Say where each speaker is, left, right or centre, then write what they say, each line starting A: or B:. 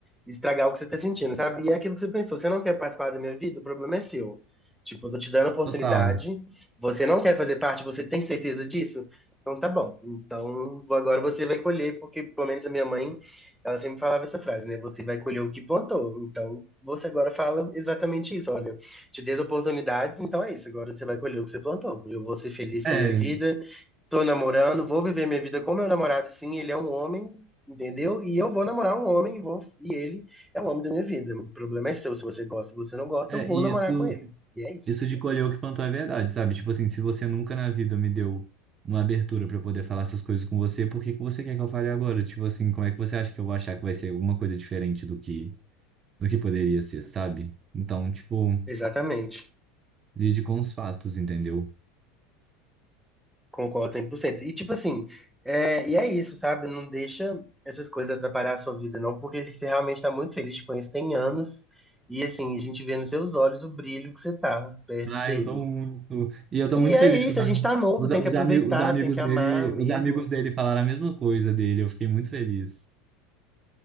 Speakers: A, in the centre; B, on the right (about 30°).
A: estragar o que você tá sentindo, sabe? E é aquilo que você pensou, você não quer participar da minha vida, o problema é seu. Tipo, eu tô te dando a oportunidade,
B: Total.
A: você não quer fazer parte, você tem certeza disso? Então tá bom. Então agora você vai colher, porque pelo menos a minha mãe, ela sempre falava essa frase, né? Você vai colher o que plantou. Então você agora fala exatamente isso, olha te dê as oportunidades, então é isso. Agora você vai colher o que você plantou. Eu vou ser feliz
B: É,
A: com a minha vida, tô namorando, vou viver minha vida com meu namorado, sim, ele é um homem, entendeu? E eu vou namorar um homem e, vou, e ele é o homem da minha vida. O problema é seu, se você gosta, se você não gosta,
B: é
A: eu vou
B: isso,
A: namorar com ele. E é isso.
B: isso de colher o que plantou é verdade, sabe? Tipo assim, se você nunca na vida me deu uma abertura pra eu poder falar essas coisas com você, por que que você quer que eu fale agora? Tipo assim, como é que você acha que eu vou achar que vai ser alguma coisa diferente do que do que poderia ser, sabe? Então, tipo,
A: Exatamente.
B: lide com os fatos, entendeu?
A: Concordo 100%. E tipo assim, é, e é isso, sabe? Não deixa essas coisas atrapalhar a sua vida, não, porque você realmente tá muito feliz, te conheço tem anos, e assim, a gente vê nos seus olhos o brilho que você tá perto
B: Ah,
A: dele.
B: eu tô muito. E eu
A: E
B: tô muito
A: é
B: feliz
A: isso,
B: que os,
A: a
B: am-
A: gente tá novo,
B: os,
A: tem
B: os,
A: que aproveitar,
B: ami- os amigos
A: tem que
B: dele,
A: amar mesmo.
B: os amigos dele falaram a mesma coisa dele. Eu fiquei muito feliz.